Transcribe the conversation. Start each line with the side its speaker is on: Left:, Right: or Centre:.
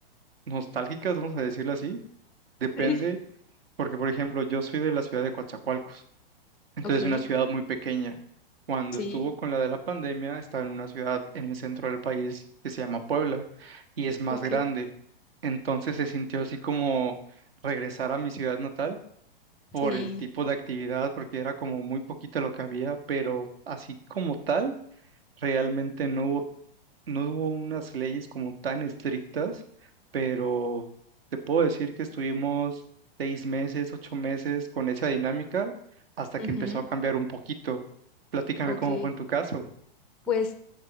Right: nostálgicas, vamos a decirlo así. Depende,
Centre: <laughs>
Right: porque por ejemplo, yo soy de la ciudad de Coatzacoalcos, entonces
Centre: Ok,
Right: una ciudad muy pequeña. Cuando
Centre: sí,
Right: estuvo con la de la pandemia, estaba en una ciudad en el centro del país que se llama Puebla y es más
Centre: ok,
Right: grande. Entonces se sintió así como regresar a mi ciudad natal por
Centre: sí,
Right: el tipo de actividad, porque era como muy poquito lo que había, pero así como tal, realmente no hubo no hubo unas leyes como tan estrictas, pero te puedo decir que estuvimos seis meses, ocho meses con esa dinámica hasta
Centre: ujú,
Right: que empezó a cambiar un poquito. Platícame
Centre: ok.
Right: cómo fue en tu caso.
Centre: Pues